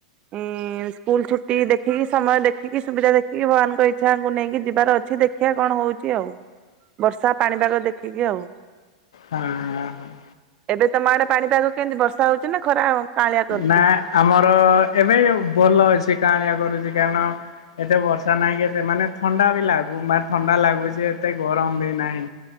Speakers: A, on the right; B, on the left.
A: ଉଁ ସ୍କୁଲ ଛୁଟି ଦେଖିକି ସମୟ ଦେଖିକି ସୁବିଧା ଦେଖ କି ଭଗବାନଙ୍କ ଇଚ୍ଛା ଆଙ୍କୁ ନେଇକି ଯିବାର ଅଛି ଦେଖିବା କଣ ହଉଛି ଆଉ। ବର୍ଷା ପାଣିପାଗ ଦେଖିକି ଆଉ।
B: ହଁ। ହଁ।
A: ଏବେ ତମ ଆଡେ ପାଣିପାଗ କେମିତି ବର୍ଷା? ର୍ଷା ହଉଚି ନା? ଖରା କାଁଳିଆ କରୁଛି
B: ନା ଆମର ଏବେ ଭଲ ଅଚି କାହାଳିଆ କରୁଚି। କାରଣ ଏତେ ବର୍ଷା ନାହିଁ କି ଏତେ ମାନେ ଥଣ୍ଡା ବି ଲାଗୁ ମ ଥଣ୍ଡା ଲାଗୁଚି, ଏତେ ଗରମ ବି ନାହିଁ।